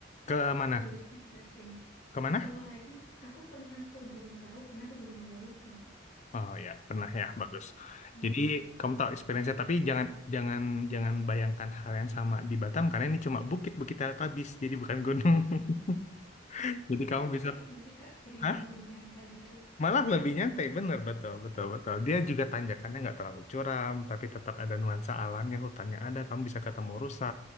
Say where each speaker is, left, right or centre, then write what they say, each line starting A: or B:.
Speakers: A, on the left (about 40°); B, on the left (about 55°).
A: Ke mana?
B: Kebegitu juga sering.
A: Ke mana?
B: Kalau hiking, aku pernah ke Gunung Prau, pernah ke Gunung Merbabu, pernah, Kak.
A: Oh ya, pernah ya, bagus.
B: Mm.
A: Jadi kamu tahu experience-nya tapi jangan jangan jangan bayangkan hal yang sama di Batam karena ini cuma bukit-bukit teletabis, jadi bukan gunung. <laughs> Jadi
B: Tapi
A: kamu
B: malah
A: bisa,
B: enak gak sih Kak? Jadi
A: Hah?
B: malah lebih nyantai gitu.
A: Malah lebih nyantai, bener, betul, betul, betul. Dia juga tanjakannya nggak terlalu curam, tapi tetap ada nuansa alamnya, hutannya ada, kamu bisa ketemu rusa,